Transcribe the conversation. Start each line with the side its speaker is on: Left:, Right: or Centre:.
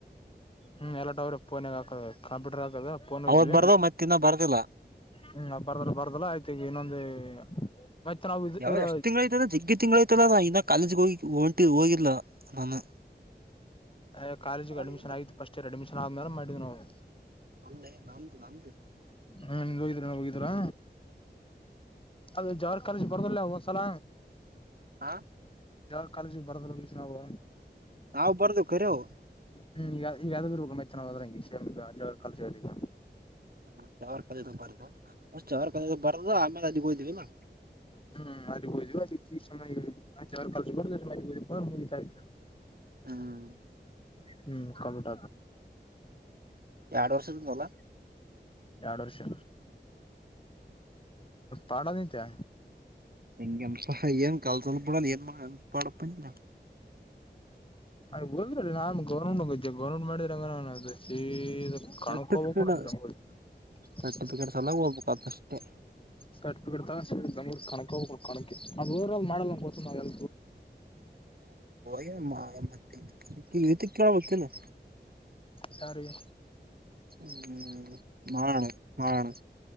Left: ಹ್ಮ ಎಲ್ಲಟ ಅವ್ರ ಫೋನಾಗ ಹಾಕ ಕಂಪ್ಯೂಟರ್ ದ ಪಫೋನ್ೋಯಿದ್ವಿ
Right: ಅವತ್ ಬರ್ದ ಮತ್ತ ಇನ್ನ ಬರ್ದಿಲ್ಲ
Left: ಹ್ಮ್ ಬರ್ದಲ್ಲ ಬರ್ದಲ್ಲ ಆಯ್ತ ಈಗ ಇನ್ನೊಂದು ಮತ್ತೆ ನಾವು
Right: ಯಾವ
Left: ಇದರ
Right: ಎಷ್ಟ ತಿಂಗಳ ಐತದ ಜಗ್ಿ ತಿಂಗಳ ಐತಲ್ಲ ನಾ ಇನ್ನ ಕಾಲಿ ಹ ಹೊಂಟ ಹೋಗಿಲ್ಲ ನಾನು
Left: ಹ ಕಾಲೇಜಿಗೆ
Right: ಅವಾಗ
Left: ಅ್ಮಿಷನ್
Right: ಏನು
Left: ಆಗ್ ಸ್ಟ್ಯರ್ ಅಡ್ಮಿಷನ್ ಆದ್ಮೇಲೆ ಮಾಡ್ ನಾವು
Right: ಅಲ್ಲೇ ನಮ್ದು ನಮ್ದು
Left: ಹಾ ನಿ ಹೋಗಿದೀ್ರ ಹೋಗಿದೀರಾ ಅದ ಜವಾರ್ ಕಾಲಜ್ ಬರ್ದಲ್ಲ ಒಂದ್ಸಲ
Right: ಹ
Left: ಯಾವ ಕಾಲಜಿಗೆ ಬರದಲ್ ವಿೀಷಾವು
Right: ನಾವವು್ ಬರ್ದು ಕರವು
Left: ಹ್ಮ್ ಈಗ ಈಗ ಯ ಇ ಮೈ ಚನ ಹದ್ರ ಹಗ ಶಾಮಗ ಜ ಕಾ ಈಗ
Right: ಹ್ಮ ಚಾವರ್ ಕದದ ಬರ್ದು ಮ ಚಾವರ್ ಕಾಯ ಬಾರದು ಆಮೇಲೆ ಅದಿೋಯ್ದಿವವಿಲ್ಲ
Left: ಹ್ಮ್ ಮದ ಹೋದ್ವಿ ಅದಕ್ಕೆ ಈಯ ಕಲ್ಸ ಮುಗ ಆ್ತ
Right: ಹ್ಮ್
Left: ಹ್ಮ್ ಕಪಿಟ
Right: ಎರಡು ವರ್ಷ ಮಲ್ಲ
Left: ಎರಡು ವರ್ಷ ಪಾಡ ನಿತ್ಯ
Right: ಹೆಂಗಸಹ ಏನ್ ಕಲ್ಸನ್ನಪಡ ಏನ್ ಪಡ ಪನ್ನಿಲ್ಲ
Left: ಅ ಹೋಗ್ರ ನಾನ್ ಗೌರ್ಮೆಂಟ್ ಗೌರ್ಮೆಂಟ್ ಮಾಡಿದ್ರಂಗ ನ ಅ ಸ ಕಾಣು
Right: ಸರ್ಟಿಫಿಕೇಟ್
Left: ಕೋಗ ಕನ ಅಲ್ಲಿ ತ
Right: ಸರ್ಟಿಫಿಕೇಟ್ ಸಲ ಹೋಗ್ಬೇಕತ್ ಅಷ್ಟೇ
Left: ಸರ್ಟಿಫಿಕೇಟ್ ತ ಬೆಂಗ್ೂ ಕಕ ಹ ಕಕಕ್ಕೆ ಅದು ಮಾಡ ಗ ನಾವೇಳ
Right: ಯಮ್ಮ ಮತ್ತೆ ಕೇಳಕನು
Left: ಯಿಗೆ
Right: ಹ್ಮ ಮಾಡಾರಣ ಮಾಡಾರಣ